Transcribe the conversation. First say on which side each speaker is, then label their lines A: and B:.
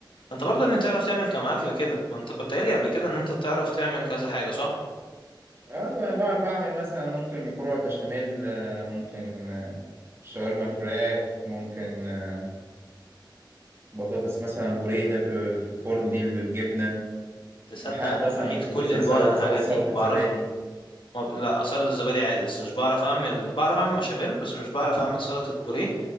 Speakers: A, on the left; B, on the right.
A: انت برضه اني تعرف تعمل كام اكله كده ما انت كنت قايل لي قبل كده ان انت بتعرف تعمل كذا حاجه صح
B: ايوه انا بعرف اعمل مثلا ممكن مكرونه بشاميل آه، ممكن آه، شاورما فراخ ممكن آه، بطاطس مثلا بوريه اللي بتبقى في الفرن دي اللي بالجبنه
A: تصدق
B: حاجات
A: انا
B: مثلا
A: بعيد
B: بسيطة
A: كل
B: زي
A: البعد
B: سل-
A: عن الحاجات
B: زي سلطة
A: دي ما بعرف
B: زبادي
A: ما... لا سلطه الزبادي عادي بس مش بعرف اعمل بعرف اعمل بشاميل بس مش بعرف اعمل سلطه بوريه